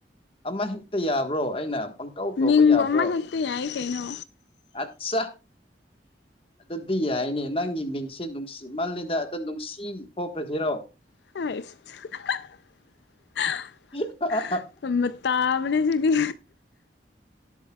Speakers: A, on the left; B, on the left.
A: ꯑꯃ ꯍꯦꯛꯇ ꯌꯥꯕ꯭ꯔꯣ ꯑꯩꯅ ꯄꯪꯀꯧ ꯀꯧꯕ
B: ꯅꯤꯡꯕ
A: ꯌꯥꯕ꯭ꯔꯣ
B: ꯑꯃ ꯍꯦꯛꯇ ꯌꯥꯏ ꯀꯩꯅꯣ
A: ꯑꯠꯆꯥ ꯑꯗꯨꯗꯤ ꯌꯥꯏꯅꯦ ꯅꯪꯒꯤ ꯃꯤꯡꯁꯦ ꯅꯨꯡꯁꯤ ꯃꯥꯜꯂꯦꯗ ꯑꯗꯣ ꯅꯨꯡꯁꯤ ꯊꯣꯛꯈ꯭ꯔꯁꯤꯔꯣ
B: ꯑꯁ <unintelligible>
A: ꯏ <unintelligible>
B: ꯑꯝ ꯇꯕꯅꯤ ꯁꯤꯒꯤ